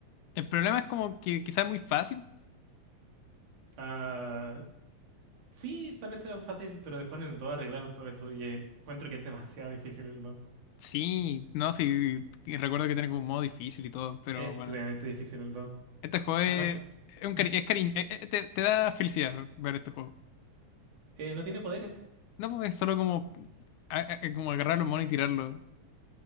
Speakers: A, on the left; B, on the right.
A: El problema es como que quizás es muy fácil.
B: Ah, sí, tal vez sea fácil, pero después en el 2 arreglaron todo eso y el, encuentro que es demasiado difícil el 2.
A: Sí, no, sí, y recuerdo que tiene como un modo difícil y todo, pero
B: Es
A: bueno.
B: tremendamente difícil el 2.
A: Este juego es,
B: Además,
A: es un
B: ¿Mm?
A: cari- es cariño, eh, eh, te, te da felicidad ver este juego.
B: eh, no tiene poder este.
A: No, porque es solo como, a- a- a- como agarrar los monos y tirarlos.